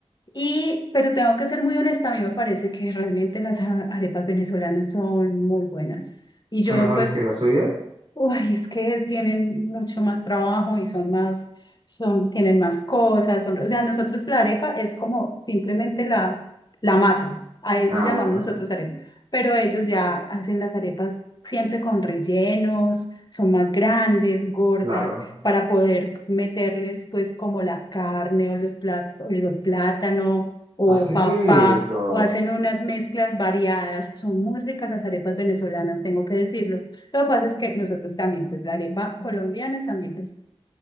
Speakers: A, on the left; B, on the right.
A: y, pero tengo que ser muy honesta, a mí me parece que realmente las a- arepas venezolanas son muy buenas, y
B: ¿Son
A: yo,
B: mejores
A: pues,
B: que las suyas?
A: Uy, es que tienen mucho más trabajo y son más, son, tienen más cosas, son, o sea, nosotros la arepa es como simplemente la, la masa, a eso
B: Ah,
A: llamamos
B: bueno,
A: nosotros arepa, pero ellos ya hacen las arepas siempre con rellenos, son más grandes, gordas,
B: claro.
A: para poder meterles pues como la carne o los plátanos, o plátano o
B: Ah, qué rico.
A: papa, o hacen unas mezclas variadas, son muy ricas las arepas venezolanas, tengo que decirlo. Lo que pasa es que nosotros también, pues la arepa colombiana también pues,